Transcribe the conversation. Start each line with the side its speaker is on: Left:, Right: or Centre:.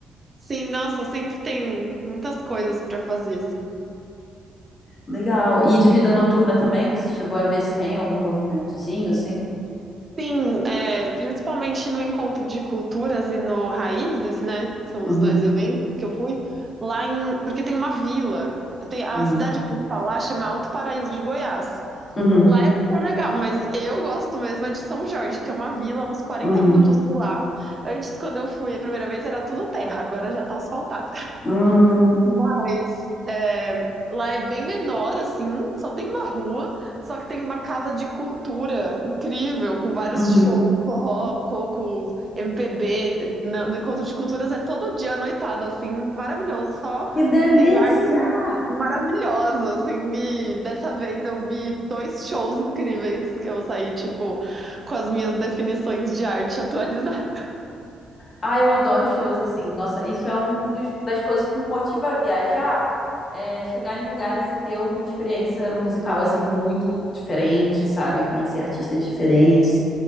Right: Sim, nossa, sempre tem muitas coisas para fazer, assim.
Left: Legal. E de vida noturna também, você chegou a ver se tem algum movimentozinho, assim?
Right: Sim, é, principalmente no encontro de culturas e no Raízes, né? São
Left: Uhum,
Right: os dois eventos que eu fui lá em, porque tem uma vila, tem a
Left: uhum,
Right: cidade principal lá chama Alto Paraíso de Goiás.
Left: uhum,
Right: Lá é super legal, mas eu gosto mesmo é de São Jorge, que é uma vila, uns quarenta
Left: uhum,
Right: minutos de lá. Antes, quando eu fui a primeira vez, era tudo terra, agora já tá asfaltado.
Left: uhum,
Right: Mas é, lá é bem menor, assim, só tem uma rua, só que tem uma casa de cultura incrível, com vários
Left: uhum.
Right: shows, forró, coco, MPB. na- No, Encontro de Culturas é todo dia à noitada, assim, maravilhoso, só
Left: Que delícia!
Right: assim, arte maravilhosa, assim, e dessa vez eu vi dois shows incríveis que eu saí, tipo, com as minhas definições de arte atualizadas.
Left: Ah, eu adoro shows assim. Nossa, isso é um dos, das coisas que me motiva a viajar, é chegar em lugares e ter alguma experiência musical assim muito diferente, sabe? Conhecer artistas diferentes.